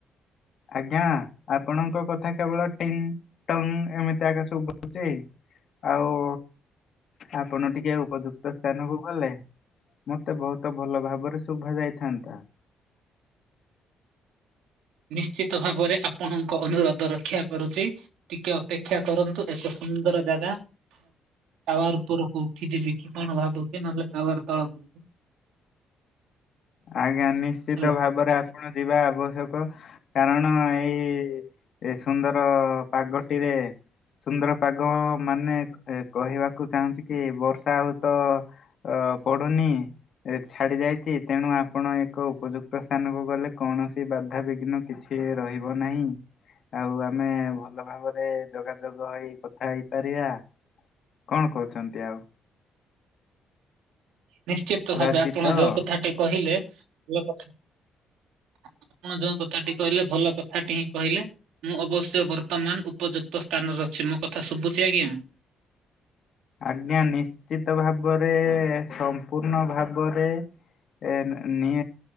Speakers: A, on the left (about 60°); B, on the right (about 85°).
A: ଆଜ୍ଞା ଆପଣଙ୍କ କଥା କେବଳ ଟିନ୍ ଟନ୍ ଏମିତି ଆଗ ଶୁବୁଛି ଆଉ ଆପଣ ଟିକେ ଉପଯୁକ୍ ସ୍ଥାନକୁ ଗଲେ, ମତେ ବହୁତ ଭଲ ଭାବରେ ଶୁଭା ଯାଇଥାନ୍ତା।
B: ନିଶ୍ଚିତ ଭାବରେ ଆପଣଙ୍କ ଅନୁରୋଧ ରକ୍ଷା କରୁଛି। ଟିକେ ଅପେକ୍ଷା କରନ୍ତୁ, ଏକ ସୁନ୍ଦର ଜାଗା। ଟାୱାର୍‌ଉପରକୁ, ଉଠି ଯିବି କି କଣ ଭାବୁଛି? ନହେଲେ ଟାୱାର ତଳ କୁ
A: ଆଜ୍ଞା ନିଶ୍ଚିତ
B: ହାଲୋ।
A: ଭାବରେ ଆପଣ ଯିବା ଆବଶ୍ୟକ। କାରଣ ଏଇ ସୁନ୍ଦର ପାଗଟିରେ ସୁନ୍ଦର ପାଗ, ମାନେ କହିବାକୁ ଚାହୁଁଛି, କି ବର୍ଷା ହଉ ତ ଅ ପଡ଼ୁନି ଛାଡି ଯାଇଛି। ତେଣୁ ଆପଣ ଏକ ଉପଯୁକ୍ତ ସ୍ଥାନକୁ ଗଲେ, କୌଣସି ବାଧାବିଘ୍ନ କିଛି ରହିବ ନାହିଁ। ଆଉ ଆମେ ଭଲ ଭାବରେ ଯୋଗାଯୋଗ ହୋଇ କଥା ହେଇପାରିବା। କଣ କହୁଛନ୍ତି ଆଉ?
B: ନିଶ୍ଚିତ ଭାବେ
A: ରାଜି
B: ଆପଣ
A: ତ?
B: ଯ କଥାଟି କହିଲେ ଭଲ କଥା ଆପଣ ଯ କଥା ଟି କହିଲେ ଭଲ। କଥା ଟି ହିଁ କହିଲେ, ମୁଁ ଅବଶ୍ୟ ବର୍ତ୍ତମାନ। ଉପଯୁକ୍ତ ସ୍ଥାନରେ ଅଛି ମୋ କଥା ଶୁଭୁଛି ଆଜ୍ଞା।
A: ଆଜ୍ଞା ନିଶ୍ଚିତ ଭାବରେ, ସମ୍ପୂର୍ଣ୍ଣ ଭାବରେ ଏ ନି